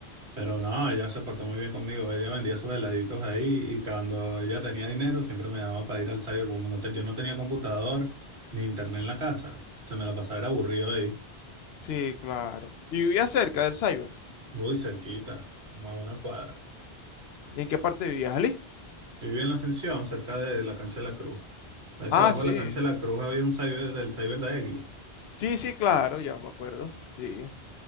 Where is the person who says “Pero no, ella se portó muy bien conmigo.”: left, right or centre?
Right